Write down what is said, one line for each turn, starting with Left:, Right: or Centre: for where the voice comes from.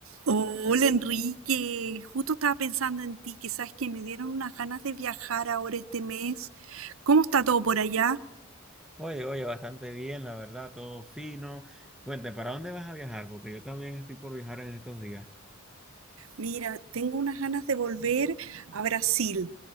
Right: Hola Enrique, justo estaba pensando en ti, que sabes que me dieron unas ganas de viajar ahora este mes. ¿Cómo está todo por allá?
Centre: Oye, oye, bastante bien, la verdad, todo fino. Cuente, ¿para dónde vas a viajar? Porque yo también estoy por viajar en estos días.
Right: Mira, tengo unas ganas de volver a Brasil.